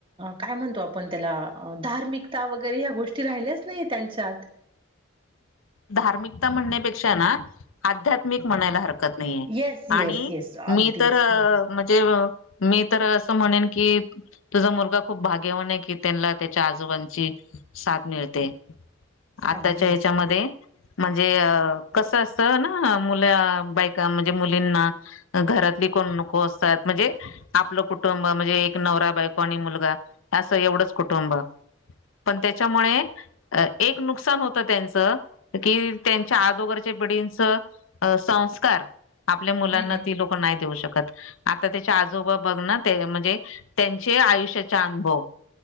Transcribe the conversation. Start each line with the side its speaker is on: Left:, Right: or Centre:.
Right: काय म्हणतो आपण त्याला अ ऽऽधार्मिक त्या वगैरे या गोष्टी राहिल्याच नाही त्यांच्यात.
Left: धार्मिकता म्हणण्यापेक्षा ना आध्यात्मिक म्हणायला हरकतऽऽ नाही आहे
Right: येस येस
Left: आणि
Right: येस अगदीच
Left: मी तर अ
Right: हम्म
Left: म्हणजेऽऽ मी तर असं म्हणेन की तुझा मुलगा खूप भाग्यवान आहे की त्यांनाला त्याच्या आजोबांचीऽऽ साथ मिळते, आताच्या
Right: अगदी
Left: ह्याच्यामध्येऽऽ म्हणजे अऽऽकस असतं ना मुल बायका म्हणजे मुलींना घऽऽ रातली कोण नको असतात, म्हणजे आपलं कुटुंब म्हणजे नवरा बायको आणि एक मुलगा असं ऽ एवढंच कुटुंब पण त्याच्यामुळे एक नुकसान होत त्यांचऽऽ कि त्यांच्या आदोगरच्या पिढींचं अऽऽसंस्कारऽऽ आपल्या मुलांना
Right: हम्म हम्म
Left: ती लोक नाही देऊ शकत. आता त्याच्या आजोबा बघ ना ते म्हणजे त्यांचे आयुष्याचा अनुभव.